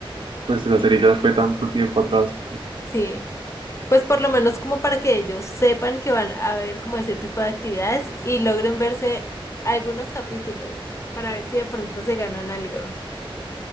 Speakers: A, on the right; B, on the left.
A: pues la serie ya fue tanto tiempo atrás.
B: sí. Pues por lo menos como para que ellos sepan que van a ver como ese tipo de actividades y logren verse algunos capítulos para ver si de pronto se ganan algo.